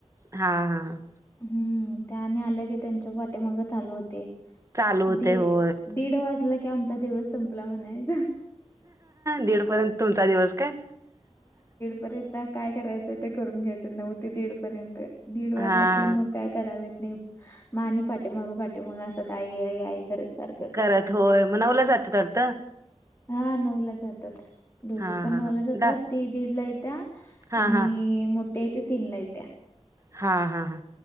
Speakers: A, on the right (about 25°); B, on the left (about 20°).
A: हा हा.
B: हम्म त्याने आल्या की त्यांच्या वाटेमाग चालू होतय.
A: चालू होते
B: ते
A: होय.
B: दीड वाजला की आमचा दिवस संपला म्हणायचा.
A: दीड पर्यंत तुमचा दिवस काय?
B: परत त्यात काय करायचंय ते करून घ्यायचं. नऊते दीड पर्यंत. दीड वाजले
A: हा
B: की मग काय करायले नी म आणि पाटी माग पाटी माग असंत, आई आई आई करत. सारखं
A: करत होय. म नऊला जात्यात वाटत?
B: हा नऊ ला जात्यात. दोघे
A: हा
B: पण
A: हा
B: नऊला
A: हा
B: जातात.
A: दा
B: ते दीड ला येत्या.
A: हा
B: आणि
A: हा
B: मोठ्याये ते तीन ला येत्या.
A: हा हा हा.